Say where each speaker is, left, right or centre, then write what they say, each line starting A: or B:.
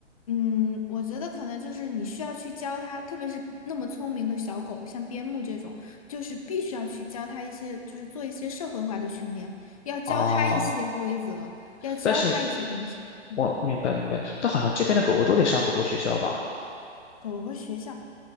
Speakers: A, on the left; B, on the left.
A: 嗯，我觉得可能就是你需要去教它，特别是那么聪明的小狗，像边牧这种，就是必须要去教它一些，就是做一些社会化的训练，要教它一些规则，
B: 哦，
A: 要教它一些东西。
B: 但是
A: 嗯，
B: 我明白明白，但好像这边的狗狗都得上狗狗学校吧？
A: 狗狗学校，